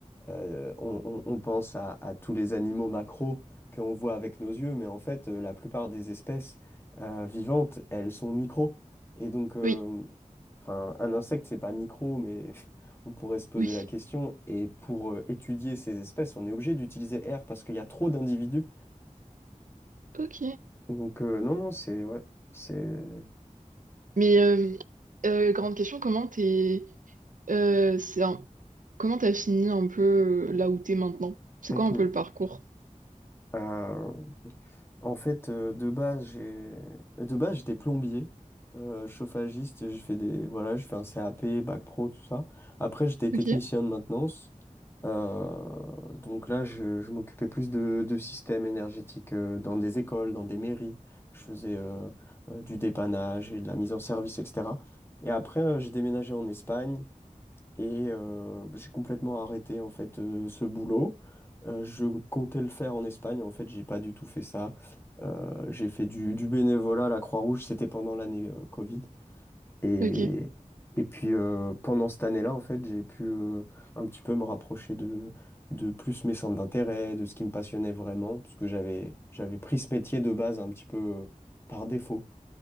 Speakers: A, on the left; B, on the right.
A: euh, on, on- on pense à, à tous les animaux macros que l'on voit avec nos yeux, mais en fait, euh, la plupart des espèces euh, vivantes, elles sont micros. Et donc, euh,
B: Oui.
A: enfin, un insecte, c'est pas micro, mais <laughs> on pourrait se poser
B: Oui.
A: la question. Et pour euh, étudier ces espèces, on est obligé d'utiliser R parce qu'il y a trop d'individus.
B: Ok.
A: Donc, euh, non, non, c'est... Ouais, c'est... <laughs>
B: Mais euh, euh, grande question, comment t'es, euh, c'est un- comment t'as fini un peu euh, là où t'es maintenant? C'est
A: Mhm.
B: quoi un peu le parcours?
A: Euh, En fait, euh, de base, j'ai de base j'étais plombier, euh, chauffagiste, j'ai fait des voilà, je fais un CAP, bac pro, tout ça. Après, j'étais technicien
B: Ok.
A: de maintenance. Euh, donc là, je, je m'occupais plus de, de systèmes énergétiques euh, dans des écoles, dans des mairies. Je faisais euh, euh, du dépannage et de la mise en service, etc. Et après, euh, j'ai déménagé en Espagne et euh, j'ai complètement arrêté en fait euh, ce boulot. Euh, je comptais le faire en Espagne. En fait, j'ai pas du tout fait ça. Euh, j'ai fait du, du bénévolat à la Croix-Rouge. C'était pendant l'année euh, Covid. Et,
B: Ok.
A: et puis euh, pendant cette année-là, en fait, j'ai pu euh, un petit peu me rapprocher de, de plus mes centres d'intérêt, de ce qui me passionnait vraiment, parce que j'avais j'avais pris ce métier de base un petit peu euh, par défaut.